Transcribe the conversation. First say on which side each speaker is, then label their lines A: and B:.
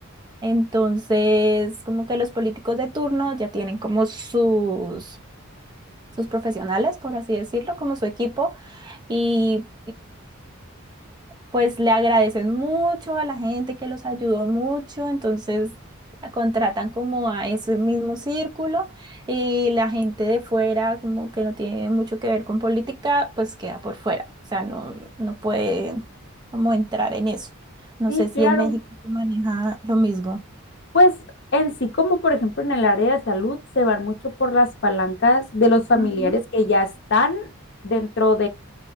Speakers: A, on the right; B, on the left.
A: Entonces, como que los políticos de turno ya tienen como sus, sus profesionales, por así decirlo, como su equipo y, pues le agradecen mucho a la gente que los ayudó mucho, entonces a- contratan como a ese mismo círculo y la gente de fuera, como que no tiene mucho que ver con política, pues queda por fuera, o sea, no, no puede como entrar en eso. No
B: sí,
A: sé si
B: claro.
A: en México se maneja lo mismo.
B: Pues en sí, como por ejemplo en el área de salud, se van mucho por las palancas de los familiares
A: Ujú.
B: que ya están dentro